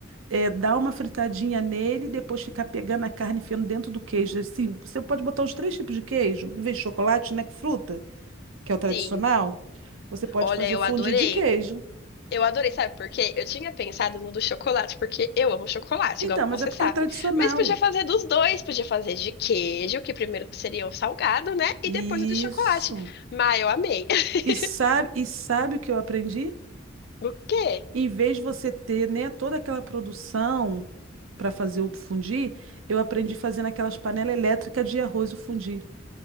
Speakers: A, on the right; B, on the left.
A: é, dar uma fritadinha nele, depois ficar pegando a carne e enfiando dentro do queijo. Assim, você pode botar os três tipos de queijo, em vez de chocolate, né, que fruta, que é o tradicional.
B: Sim.
A: Você pode
B: Olha,
A: fazer
B: eu
A: fondue
B: adorei.
A: de queijo.
B: Eu adorei, sabe por quê? Eu tinha pensado no do chocolate, porque eu amo chocolate,
A: Então,
B: igual
A: mas
B: você
A: é porque
B: sabe.
A: é tradicional.
B: Mas podia fazer dos dois, podia fazer de queijo, que primeiro seria o salgado, né?
A: Isso.
B: E depois o do chocolate. Mas eu amei. <laughs>
A: E sabe, e sabe o que eu aprendi?
B: O quê?
A: Em vez de você ter, né, toda aquela produção para fazer o fundir eu aprendi fazendo aquelas panelas elétricas de arroz o fundir